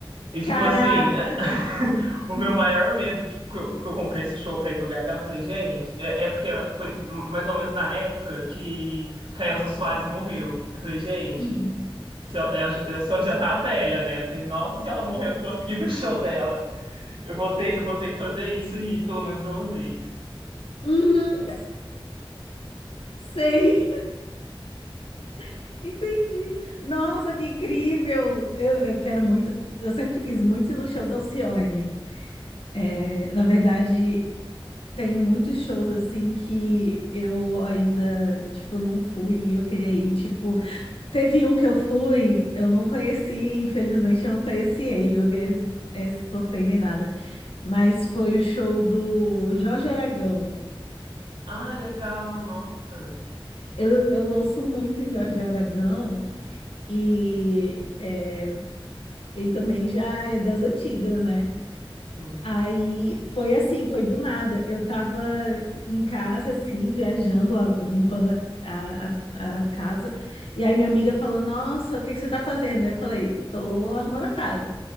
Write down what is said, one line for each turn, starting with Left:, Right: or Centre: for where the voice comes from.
Right: e
Left: Caraca,
Right: tipo assim,
Left: arrasou.
Right: <laughs> o meu maior medo, tipo, que eu, que eu comprei esse show pra ir pra BH, eu falei, gente, é, é porque foi mais ou menos na época que, que a Elza Soares morreu. Eu falei, gente,
Left: Uhum.
Right: se a a- a Alcione já tá velha, né? Eu falei, nossa, se ela morreu, eu não consegui ir no show dela. Eu vou ter, eu vou ter que fazer isso e ir pelo menos uma vez.
Left: Uhum, sei, <laughs> entendi. Nossa, que incrível! Eu, eu quero muito, eu sempre quis muito ir no show da Alcione. É, na verdade, tem muitos shows assim que eu ainda, tipo, não fui e eu queria ir, tipo. Teve um que eu fui, eu não conheci, infelizmente eu não conheci ele, não ganhei esse esse sorteio nem nada. Mas foi o show do Jorge Aragão.
Right: ah legal, nossa.
Left: Eu, eu ouço muito Jorge Aragão e é, ele também já é das antigas, né?
Right: Sim.
Left: Aí foi assim, foi do nada. Eu tava em casa, assim, viajando, lá, limpando a, a, a- a casa. E aí minha amiga falou: Nossa, o que que você tá fazendo? Aí eu falei: Tô arrumando a casa.